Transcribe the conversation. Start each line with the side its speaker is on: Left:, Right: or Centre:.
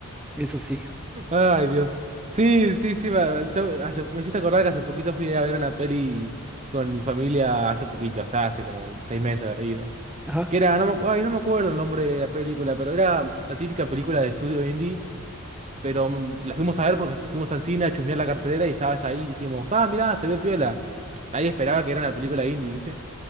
Centre: Eso sí.
Right: Ay, Dios. Sí, sí, sí. Me, yo- hace- me hiciste acordar que hace poquito fui a ver una peli con mi familia, hace poquito, ya hace como seis meses, habrá ido.
Centre: Ajá,
Right: Que era, no me, acu- ay, no me acuerdo el nombre de la película, pero era la típica película de estudio indie. Pero mm, la fuimos a ver porque fuimos al cine a chusmear la cartelera y estabas ahí y dijimos, ah, mirá, se ve piola. Nadie esperaba que era una película indie, ¿viste?